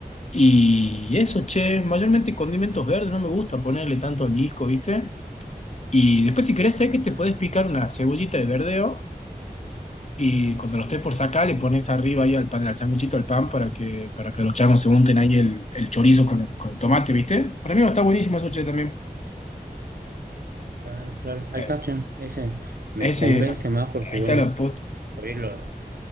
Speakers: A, on the left; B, on the right.
A: y eso, che, mayormente condimentos verdes, no me gusta ponerle tanto al disco, ¿viste? Y después si querés sé que
B: Ah,
A: te podés picar una cebollita de verdeo y cuando lo estés por sacar,
B: ah,
A: le pones arriba ahí al pan, al sanguchito, al pan, para que, para que los changos se unten ahí el, el chorizo con, con el tomate, ¿viste? Para mí está buenísimo eso, che, también.
B: claro, claro. Ahí
A: Eh,
B: está, che. Ese me
A: Ese,
B: convence
A: ahí
B: más porque, bueno,
A: está la post. <laughs>
B: por ahí lo,